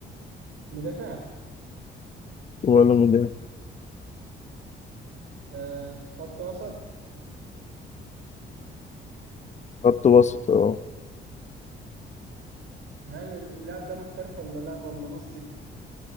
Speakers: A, on the right; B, on the left.
A: مدافع
B: ولا مدافع
A: آه، خط وسط
B: خط وسط اه
A: هل اللاعب ده محترف ولا لا ولا مصري